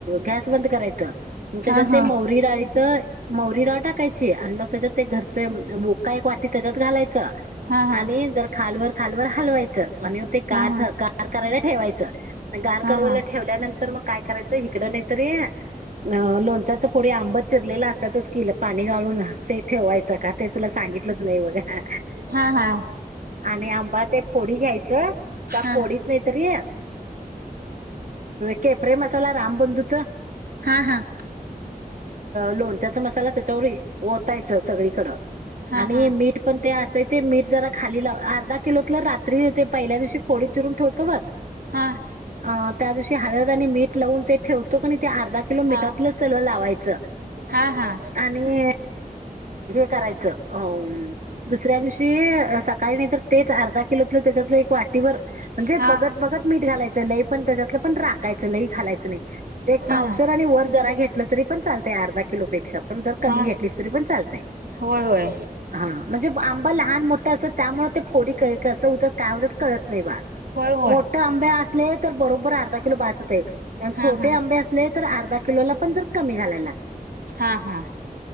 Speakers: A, on the right; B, on the right.
A: गॅस बंद करायचं त्यांच्यात
B: हा.
A: ते मौरी डाळं मौरी डाळं टाकांयची आणि मंग त्यांच्यात ते घरचे बुक्का एक वाटी त्यांच्यात घालांयाचा
B: हा हा
A: आणि जरं खालवरं खालवरं हलवांयच आणि ते गांर
B: हा हा हा हा
A: झालं गांर करायंला ठेवायंच गांर
B: हा
A: करोवल्यानंतर
B: हा
A: मंग कायं करायचं इकडं नाहीतरं तरी लोन च पुढे आंब चिरलेलं असतांतच किलं पाणी गाळूंन ते ठेवायचं का ते तुला सांगितलंच नाहीं बघां
B: हां हां
A: आणि आंबा ते फोडी घ्यांयचं त्या
B: हा
A: फोडीत नाहीं तरी केप्ररे मसाला रामबंधूचं
B: हां हां
A: लोणच्यांचा मसाला त्यांच्यावर ओतांयच सगळीकडं
B: हा
A: आणि
B: हा हा.
A: मीठ पणं ते असं ते मीठ जरां खाली लांव अर्धा किलोतलं रात्री ते पहिल्या दिवशी फोडे चिरूंन ठेवतो बघं
B: हा
A: अ त्यां दिवशी हळंद आणि मीठ लावूंन ते ठेवतो की आणि ते अर्धा किलो
B: हा
A: मिठांत मिठ त्यांला लावांयच
B: हा
A: आणि करायचं हो दुसऱ्यां दिवशी सकाळीं नाहीं तरं तेचं अर्धा किलोतले त्यांच्यात एक वाटीभरं म्हणजे
B: हा
A: बघतं बघतं मीठ घालायचं लंय पणं त्यांच्यात पणं राखांयच लई घालायचं नाहीं म्हणजे
B: हा
A: पावशेर आणि वरं जरां घेतलं तरी पणं चालतंय अर्ध किलो पेक्षा पणं जरं कमी
B: हा
A: घेतलीस तरी पणं चालतंय
B: होय होय
A: हां म्हणजे आंबा लहान मोठं असत्यात त्यामुळे ते फोडी कसं होतं काय होतात कळत नाही बा
B: होय होय.
A: आंबे असले तर बरोबर अर्धा कलो भासते
B: हा
A: छोटे
B: हा
A: आंबे असले तर अर्धा. किलोला पण जर कमी घालायला लाग.
B: हा हा.